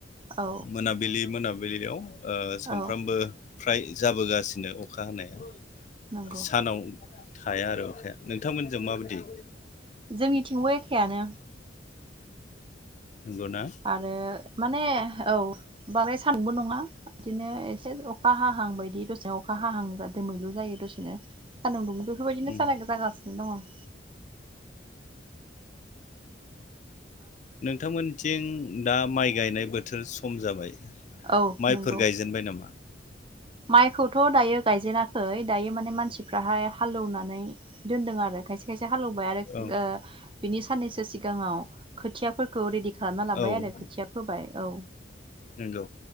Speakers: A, on the right (about 30°); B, on the left (about 40°).
A: औ
B: मोनाबिलि मोनाबि बेदियाव ओ सानफ्रामबो
A: औ
B: फ्राय जाबोगासिनो अखा हानाया।
A: नंगौ
B: सानाव थाया आरो अखाया नोंथांमोननिजा माबादि?
A: जोंनिथिंबो एख खेयानो
B: नंगौना
A: आरो माने औ बांद्राय सानबो नङा बिदिनो एसे अखा हाहां बायदि दसेनो अखा हाहां दोमैलु जायो दसेनो सान्दुं बेफोरबायदिनो
B: उम
A: सालाय जागासिनो दङ।
B: नोंथांमोनथिं दा माइ गायनाय बोथोर सम जाबाय।
A: औ
B: माइफोर
A: नंगौ
B: गायजेनबाय नामा?
A: माइखौथ दायो गायजेना ओइ दायो माने मानसिफ्राहाय हालेवनानै दोनदों आरो खायसे खायसे हालौबाय आरो
B: औ
A: ओ बिनि साननैसो सिगाङाव खोथियाफोरखौ रेडि खालामना लाबाय
B: औ
A: आरो खोथिया फोबाय औ
B: नंगौ